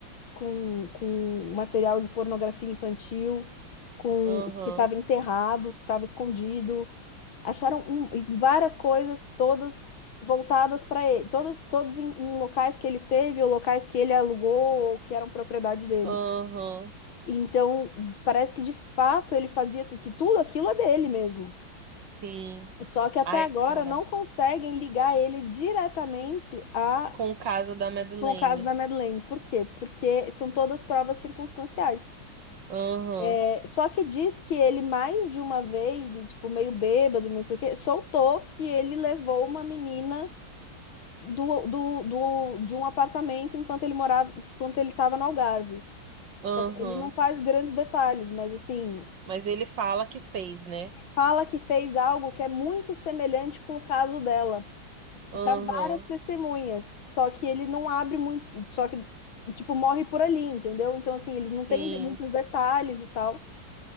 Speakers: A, on the left (about 85°); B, on the right (about 65°).
A: com, com material de pornografia infantil, com
B: Aham,
A: que estava enterrado, que estava escondido. Acharam um- e várias coisas, todas voltadas para ele, todas, todos em, em locais que ele esteve, ou locais que ele alugou, ou que eram propriedade dele.
B: aham,
A: Então, parece que de fato ele fazia tu- que tudo aquilo é dele mesmo.
B: sim.
A: Só que até
B: Ai,
A: agora
B: cara.
A: não conseguem ligar ele diretamente a
B: com o caso da Madeleine.
A: com o caso da Madeleine. Por quê? Porque são todas provas circunstanciais.
B: Aham,
A: É, só que diz que ele mais de uma vez, e tipo, meio bêbado, meio não sei o quê, soltou que ele levou uma menina do, do, do, de um apartamento enquanto ele morava, enquanto ele estava no Algarve.
B: aham.
A: Só que ele não faz grandes detalhes, mas assim,
B: Mas ele fala que fez, né?
A: fala que fez algo que é muito semelhante com o caso dela. para
B: Aham,
A: várias testemunhas, só que ele não abre muito, só que tipo morre por ali, entendeu? Então assim, eles
B: sim.
A: não têm de- muitos detalhes e tal.